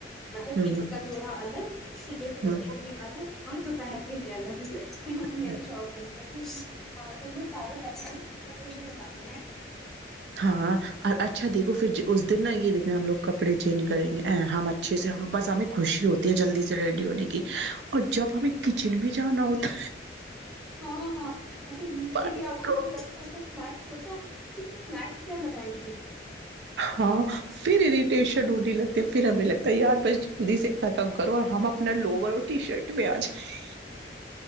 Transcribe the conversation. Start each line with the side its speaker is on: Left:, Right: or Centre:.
Centre: مطلب
Right: ہ
Centre: عید کا جوڑا الگ شیلے پہرنے
Right: ہ
Centre: کے لیے الگ اور تو پہن کے لیا لا میرے
Right: ہ
Centre: شوق ہے کہ ہاں ت سارے پیسے اپنے کپڑوں پ بڑانے ہیں
Right: ہاں اور اچھا دیکھو پھر اس دن نا یہ دیکھناا ہم لوگ کپڑے چینج کریں گے ا ہم اچھے سے ہم بس ہمیں خوشی ہوتی ہے جلدی سے ریڈی ہونے کی اور جب ہمیں کچن میں جانا ہوتا
Centre: ہاں ہاں ہاں اچا عید
Right: بھائی
Centre: کے لیے آ کوئی
Right: کو-
Centre: لچتاس <unintelligible> سوچا <inaudible> ک تو اسنیکس کیا بناائے گے <unintelligible>
Right: ہاں پھر اریٹیشن ہونے لگتی پھر ہمیں لگتا ہے یار بس جلدی سے ختم کرو اور ہم اپنا لوور اور ٹی شرٹ پہ آ جائیں